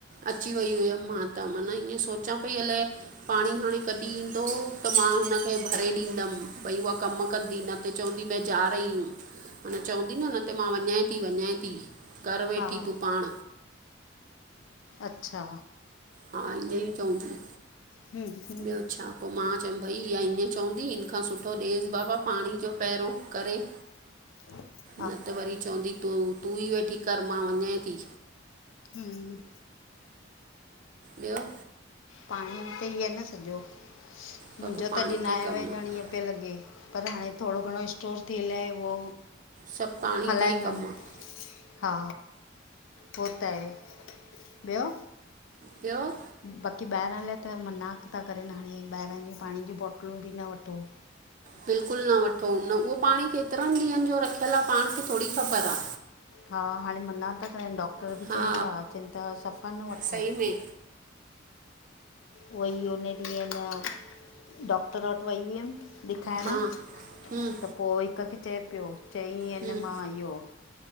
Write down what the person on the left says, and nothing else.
हा
अच्छा।
हम्म, हम्म,
<inaudible>
हं।
पाणी ते ई आ न सॼो,
मुंहिंजो
त अॼु न
आयो
आ
ॼण इएं पयो लॻे, पर हाणे थोडो घणो स्टोर थियलि आहे, उहो
हलाईंदमि।
हा हो त आहे, ॿियो?
बाक़ी ॿाहिरां लाइ त मना ता करेनि हाणे, ॿाहिरां जे पाणी जी बोटलूं बि न वठो।
हा हाणे मना ता करेनि डॉक्टर बि
चवनि ता चैन ता, चैन ता सफ़ा न वठो।
उवई उने ॾींहुं ह न, डॉक्टर वटि वई हुयमि ॾेखाइणा,
त पो हिकु खे चए पियो चईं ऐं
न मां इहो